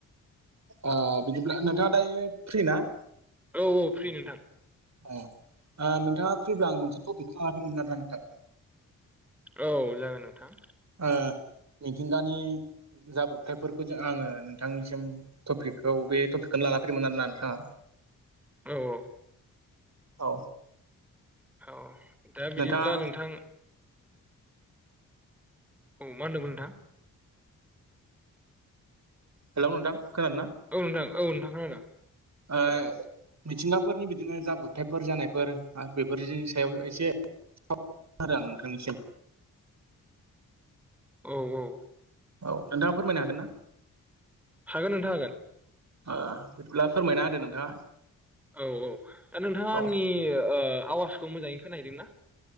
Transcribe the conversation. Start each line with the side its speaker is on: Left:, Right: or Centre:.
Right: अ बिदिब्ला नोंथाङा दायो फ्रि ना
Centre: औ फ्रि नोंथां
Right: ओ नोंथाङा फ्रिब्ला आं मोनसे टपिकखौ लानानै फैदोंमोन आरो ना नोंथां
Centre: औ जागोन नोंथां
Right: ओ मिथिंगानि जाब्रबथायफोरखौ जों आङो नोंथांनिसिम टपिकखौ बे टपिकखौ लानानै फैदोंमोन आरो ना नोंथां
Centre: औ औ
Right: औ
Centre: औ दा
Right: नोंथाङा
Centre: बिदिब्ला नोंथां औ मा होनदोंमोन नोंथां
Right: हेलौ नोंथां खोनादों ना
Centre: औ नोंथां औ नोंथां खोनादों
Right: ओ मिथिंगाफोरनि बिदिनो जाब्रबथायफोर जानायफोर आर बेफोरनि सायाव एसे <unintelligible> नोंथांनिसिम
Centre: औ औ।
Right: औ नोंथाङा फोरमायनो हागोन ना?
Centre: हागोन नोंथां हागोन।
Right: ओ बिदिब्ला फोरमायना होदो नोंथाङा।
Centre: औ औ दा नोंथाङा
Right: औ
Centre: आंनि ओ आवाजखौ मोजाङै खोनाहैदों ना?